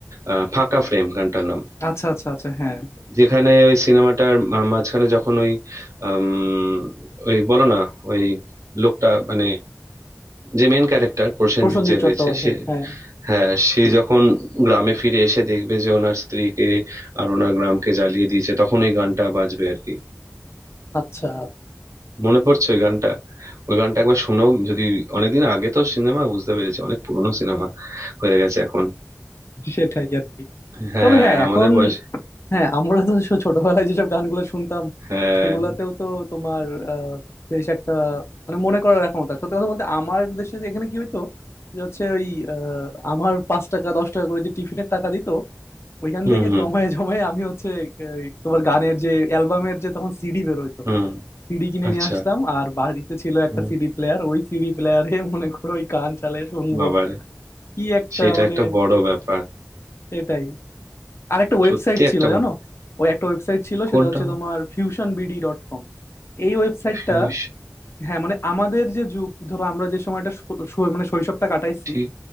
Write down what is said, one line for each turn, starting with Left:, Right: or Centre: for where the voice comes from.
Right: আহ, ফাঁকা ফ্রেম গানটার নাম
Left: আচ্ছা আচ্ছা আচ্ছা হ্যাঁ
Right: যেখানে ওই সিনেমাটার মা- মাঝখানে যখন ওই আম, ওই বলো না ওই লোকটা মানে যে মেন ক্যারেক্টার প্রসেনজিৎ
Left: প্রসেনজিৎ
Right: যে
Left: চট্টোপাধ্যায়
Right: হয়েছে সে
Left: হ্যাঁ
Right: হ্যাঁ সে যখন গ্রামে ফিরে এসে দেখবে যে ওনার স্ত্রীকে আর ওনার গ্রামকে জ্বালিয়ে দিয়েছে তখন ওই গানটা বাজবে আর কি
Left: আচ্ছা
Right: মনে পড়ছে ওই গানটা ওই গানটা একবার শুনো যদি অনেকদিন আগে তো সিনেমা বুঝতে পেরেছি অনেক পুরনো সিনেমা হয়ে গেছে এখন
Left: সেটাই আর কি
Right: হ্যাঁ
Left: তবে হ্যাঁ
Right: আমাদের
Left: এখন
Right: বয়সে
Left: হ্যাঁ আমরা তো সো- ছোটবেলায় যেসব গানগুলো শুনতাম
Right: হ্যাঁ
Left: সেগুলাতেও তো তোমার আহ, বেশ একটা মানে মনে করার রাখার মতো সত্যি কথা বলতে আমার দেশে যে এখানে কি হইতো যে হচ্ছে ওই আহ, আমার পাঁচ টাকা দশ টাকা করে যে টিফিনের টাকা দিত ওইখান
Right: হুম
Left: থেকে
Right: হুম
Left: জমায়ে জমায়ে আমি হচ্ছে এই, তোমার গানের যে অ্যালবামের যে তখন সিডি বের হইতো
Right: হুম
Left: সিডি কিনে
Right: আচ্ছা
Left: নিয়ে আসতাম আর বাড়িতে ছিল একটা
Right: হুম
Left: সিডি প্লেয়ার ওই সিডি প্লেয়ারে মনে করো ওই গান চালিয়ে শুনবো
Right: বাবারে
Left: কি একটা
Right: সেটা
Left: মানে
Right: একটা বড় ব্যাপার
Left: সেটাই আরেকটা ওয়েবসাইট
Right: সত্যি একটা
Left: ছিল
Right: বড়
Left: জানো ওই একটা ওয়েবসাইট ছিল
Right: কোনটা
Left: সেটা হচ্ছে তোমার ফিউশন বিডি ডট কম এই ওয়েবসাইটটা
Right: ফিউজ
Left: হ্যাঁ মানে আমাদের যে যুগ ধরো আমরা যে সময়টা শৈ- শৈ- মানে শৈশবটা কাটাইছি
Right: ঠিক